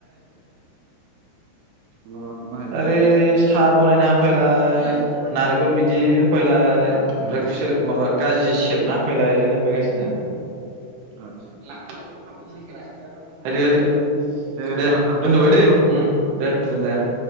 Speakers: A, on the right; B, on the right.
A: र' नायहैगासिनो
B: आरे सा बानायना होफैलाय नारखल बिदि होफैलाय ओमफ्राय खुसे माबा काजि सेबना होफैलाय जोंनो होफैगासिनो।
A: आदसा
B: आरो दे
A: होमबा थांगासिनो
B: दोनथ'बाय
A: आं
B: दैे
A: र'
B: दे
A: उम
B: दोनबाय।
A: दे